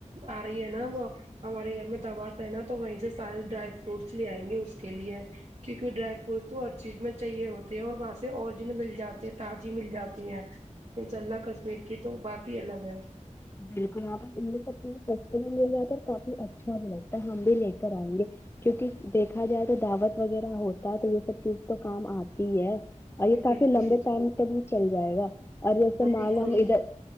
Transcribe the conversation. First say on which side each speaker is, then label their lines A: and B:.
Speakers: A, on the right; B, on the left.
A: آ رہی ہے نا وہ ہمارے گھر میں دعوا ت ہے نا تو وہیں سے سارے ڈرائی فروٹس لے آئیں گے اس کے لیے کیونکہ ڈرائی فروٹس تو ہر چیز میں چاہیے ہوتے ہیں اور وہاں سے اوریجن مل جاتے ہیں تاز مل جاتی ہیں انشاء اللہ کشمیر کی تو بات ہی الگ ہے
B: بالکل یہاں پرس یہ سب چیزیں سستے میں مل جاتی اور کافی اچھا بھی لگتا ہے ہم بھی لے کر آئیں گے کیونکہ دیکھا جائے تو دعوت وغیرہ ہوتا ہے تو یہ سب چیز تو کام آتی ہے اور یہ
A: جی
B: کافی
A: بالکل
B: لمبے ٹائم تک بھی چل جائے گا اور جیسے
A: ہاں
B: مال
A: بالکل
B: ہم ادھر